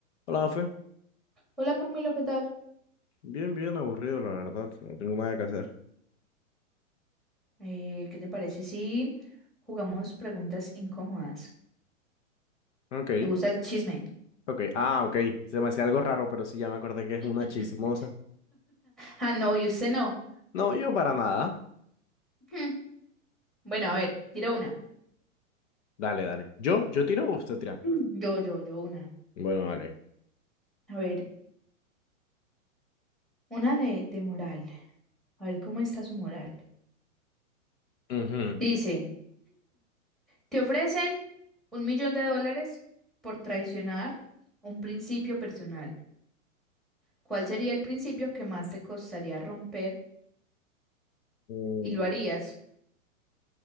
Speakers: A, on the left; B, in the centre.
A: Hola, Mafe.
B: Hola Camilo, ¿qué tal?
A: Bien, bien aburrido, la verdad. No tengo nada que hacer.
B: Eh, ¿qué te parece si jugamos preguntas incómodas?
A: Ok,
B: Me gusta el chisme.
A: ok. Ah, ok. Se me hacía algo raro, pero sí, ya me acordé que es
B: <laughs>
A: una chismosa.
B: Ah, no, y usted no.
A: No, yo para nada.
B: Hmm, Bueno, a ver, tiro una.
A: Dale, dale. ¿Yo? ¿Yo tiro o usted tira?
B: Mm, Yo, yo, yo, una.
A: Bueno, vale.
B: A ver, una de, de moral. A ver, ¿cómo está su moral?
A: Ujú.
B: Dice, te ofrecen un millón de dólares por traicionar un principio personal. ¿Cuál sería el principio que más te costaría romper
A: Mm,
B: y lo harías?